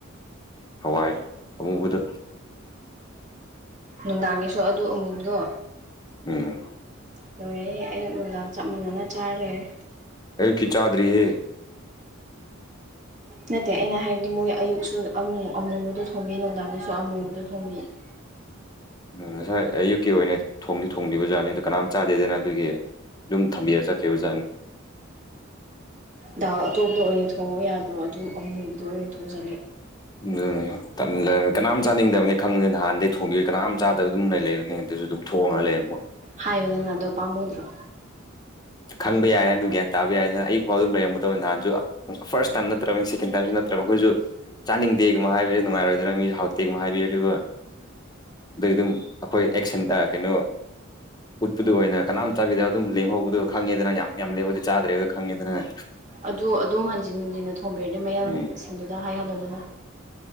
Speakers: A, on the left; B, on the right.
A: ꯍꯋꯥꯏ ꯑꯨꯡꯕꯗ
B: ꯅꯨꯡꯗꯥꯡꯒꯤꯁꯨ ꯑꯗꯨ ꯑꯃꯨꯕꯗꯣ
A: ꯎꯝ
B: ꯂꯣꯏꯔꯦꯍꯦ ꯑꯌꯨꯛ ꯅꯨꯡꯗꯥꯡ ꯆꯞ ꯃꯥꯅꯅ ꯆꯥꯔ ꯂꯩꯔꯦ
A: ꯑꯌꯨꯛꯀꯤ ꯆꯥꯗꯔꯤꯍꯦ
B: ꯅꯠꯇꯦ ꯑꯩꯅ ꯍꯥꯏꯕꯗꯤ ꯃꯣꯏ ꯑꯌꯨꯛꯁꯨ ꯑꯃꯨ ꯑꯃꯣꯕꯗꯣ ꯊꯣꯡꯕꯤ ꯅꯨꯡꯗꯥꯡꯒꯤꯁꯨ ꯑꯃꯣꯕꯗꯣ ꯊꯣꯡꯕꯤ <inaudible>
A: ꯎꯝ ꯉꯁꯥꯏ ꯑꯌꯨꯛꯀꯤ ꯑꯣꯏꯅ ꯊꯣꯡꯗꯤ ꯊꯣꯡꯕꯤꯕꯖꯥꯠꯅꯤ ꯑꯗꯨ ꯀꯅꯥꯝ ꯆꯥꯗꯦꯗꯅ ꯑꯗꯨꯒꯤ ꯑꯗꯨꯝ ꯊꯝꯕꯤꯔ ꯆꯠꯈꯤꯕꯖꯥꯠꯅꯦ
B: ꯗꯥꯥꯜ ꯑꯇꯣꯞꯄꯇ ꯑꯣꯏꯅ ꯊꯣꯡꯉꯣ ꯌꯥꯗ꯭ꯔꯣ ꯑꯗꯨꯝ ꯑꯃꯨꯕꯗꯣ ꯑꯣꯏꯅ ꯊꯣꯡꯖꯤꯜꯂꯦ
A: ꯑꯗꯨꯅꯤ ꯇꯟꯂꯦ ꯀꯅꯥꯝ ꯆꯥꯅꯤꯡꯗꯕꯅꯤ ꯈꯪꯂꯅꯤ ꯅꯍꯥꯟꯗꯩꯩ ꯊꯣꯡꯗꯣꯏ ꯀꯅꯥꯝ ꯆꯥꯗꯕ ꯑꯗꯨꯝ ꯂꯩ ꯂꯩꯕꯅꯤ ꯑꯗꯨꯝ ꯊꯣꯛꯑꯉꯒ ꯂꯩ ꯃꯣꯢ
B: ꯍꯥꯏꯌꯨꯗꯅ ꯑꯗꯣ ꯄꯥꯝꯃꯨꯗ꯭ꯔꯣ
A: ꯈꯪꯕ ꯌꯥꯏ ꯍꯥꯏ ꯑꯗꯨ ꯒ꯭ꯌꯥꯟ ꯇꯥꯕ ꯌꯥꯏꯅ ꯑꯌꯨꯛꯐꯥꯎ ꯑꯗꯨꯝ ꯂꯩꯔꯝꯒꯗꯕꯅꯤ ꯅꯍꯥꯟꯁꯨ ꯐꯔꯁ ꯇꯥꯏꯝ ꯅꯠꯇ꯭ꯔꯝꯅꯤ ꯁꯦꯀꯦꯟ ꯇꯥꯏꯃꯁꯨ ꯅꯠꯇ꯭ꯔꯝꯅꯤ ꯆꯥꯅꯤꯡꯗꯦꯒꯨꯝꯕ ꯍꯥꯏꯕꯁꯦ ꯅꯨꯡꯉꯥꯏꯔꯣꯏꯗꯅ ꯃꯤꯁꯨ ꯍꯥꯎꯇꯦꯒꯨꯝꯕ ꯍꯥꯏꯕꯤꯔꯗꯤꯀꯣ ꯑꯗꯨꯒꯤ ꯑꯗꯨꯝ ꯑꯩꯈꯣꯏ ꯑꯦꯛꯁꯟ ꯀꯩꯅꯣ ꯎꯠꯄꯗꯨ ꯑꯣꯏꯅ ꯀꯅꯥꯝ ꯆꯥꯕꯤꯗꯕ ꯑꯗꯨꯝ ꯂꯦꯝꯍꯧꯕꯗꯣ ꯈꯪꯉꯦꯗꯅ ꯌꯥꯝ ꯌꯥꯝ ꯂꯦꯝꯕꯗꯣ ꯆꯥꯗ꯭ꯔꯦꯗꯣ ꯈꯪꯉꯦꯗꯅ
B: ꯑꯗꯨ ꯑꯗꯨꯝ ꯍꯟꯖꯤꯟ ꯍꯟꯖꯤꯟꯅ ꯊꯣꯝꯕꯤꯔꯗꯤ ꯃꯌꯥꯡꯁꯤꯡꯗꯨꯗ
A: ꯎꯝ
B: ꯍꯥꯏꯍꯜꯂꯨꯗꯅ